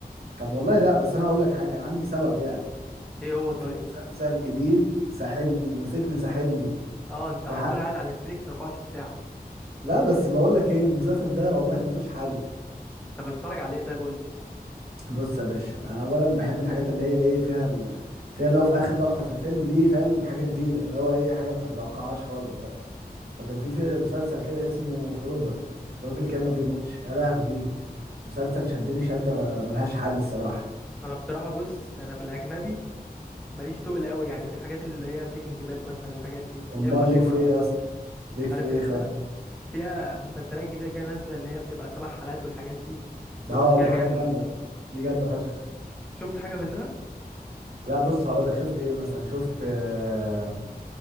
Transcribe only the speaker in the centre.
ايه هو طيب
اه انت
على طول قاعد على نتفليكس 24 ساعه
طب بتتفرج على ايه طيب قول لي
انا بصراحه بص انا في الاجنبي ماليش تقل قوي يعني في الحاجات اللي هي بريكنج باد مثلا الحاجات دي
اللي هي مشهوره
عارف
انت
فيها مسلسلات جديده كده نازله اللي هي بتبقى سبع حلقات والحاجات دي بدوس
فيها
جامد
شفت حاجه منها